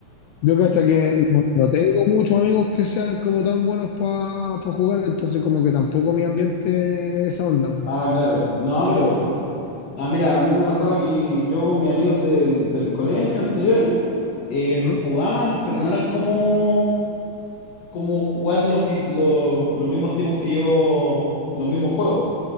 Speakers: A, on the left (about 80°); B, on the left (about 60°).
A: yo que hasta que no, no tengo muchos amigos que sean como tan buenos para jugar, entonces como que tampoco mi ambiente es esa onda, pues.
B: ah, claro. No, pero, ah, mira, a mí me pasaba que yo con mis amigos del, del colegio anteriores eh, jugaban,
A: ¿Mm?
B: pero no eran como como jugar los, que, lo- los mismos tipos que yo, los mismos juegos.